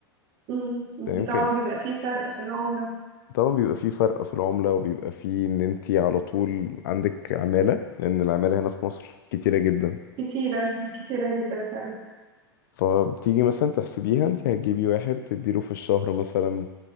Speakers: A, on the right; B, on the left.
A: مم.
B: تمام
A: بي- طبعا
B: كان
A: بيبقى فيه فرق في العملة
B: طبعا بيبقى فيه فرق في العملة وبيبقى فيه ان انت على طول عندك عمالة لان العمالة هنا في مصر كتيرة جدا
A: كتيرة كتيرة جدا فعلا
B: فبتيجي مثلا تحسبيها انت هتجيبي واحد تديله في الشهر مثلا